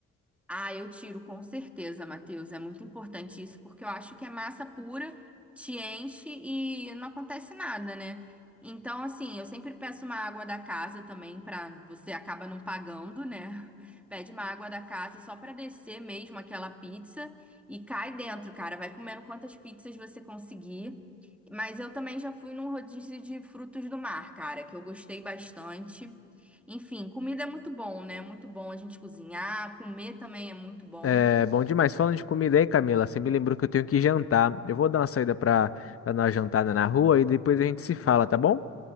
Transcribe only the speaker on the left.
É bom demais. Falando de comida aí, Camila, você me lembrou que eu tenho que jantar. Eu vou dar uma saída para dar uma jantada na rua e depois a gente se fala, tá bom?